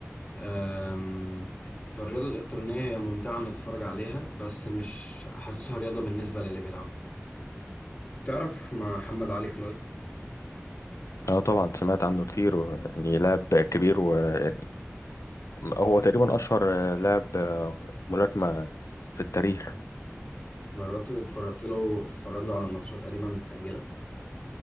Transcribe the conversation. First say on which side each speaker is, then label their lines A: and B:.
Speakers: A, on the left; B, on the left.
A: أم، فالرياضة الإلكترونية هي ممتعة إنك تتفرج عليها بس مش حاسسها رياضة بالنسبة للي بيلعبها تعرف مع محمد علي كلاي
B: اه طبعا سمعت عنه كتير ويعني لاعب كبير وكان هو تقريبا اشهر لاعب آه، ملاكمه في التاريخ
A: جربت تتفرجت له تتفرج له على ماتشات قديمة متسجلة